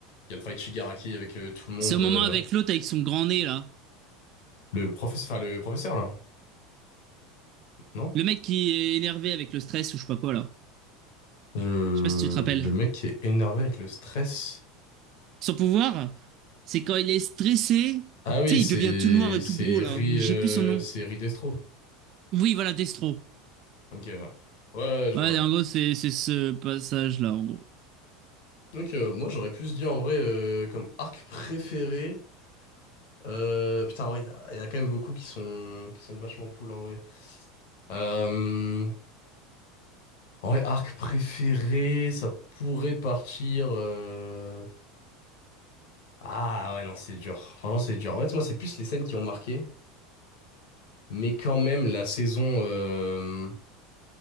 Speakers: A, on the left; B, on the right.
A: Il y a le fight Shigaraki avec euh, tout le monde.
B: c'est au
A: euh,
B: moment avec l'autre avec son grand nez là,
A: le professeur, enfin, le professeur, là, non?
B: le mec qui est énervé avec le stress ou je sais pas quoi là.
A: Je-
B: Je sais pas si tu te rappelles.
A: Le mec qui est énervé avec le stress.
B: Son pouvoir, c'est quand il est stressé,
A: Ah oui,
B: tu sais,
A: c'est
B: il devient tout noir et
A: c'est
B: tout gros là.
A: Ri,
B: Mais
A: euh,
B: j'ai plus son nom.
A: c'est Ri Destro.
B: Oui, voilà, Destro.
A: Ok, ouais. Ouais, ouais, je
B: Ouais,
A: vois. ouais.
B: en gros, c'est c'est ce passage-là, en gros.
A: Donc, euh, moi, j'aurais plus dit en vrai euh, comme arc préféré. euh, putain, en vrai, il y, a il y a quand même beaucoup qui sont, qui sont vachement cool en vrai. Euh, en vrai, arc préféré, ça pourrait partir. euh, Ah ouais, non, c'est dur. Franchement, c'est dur. En fait, moi, c'est plus les scènes qui ont marqué. Mais quand même, la saison. euh,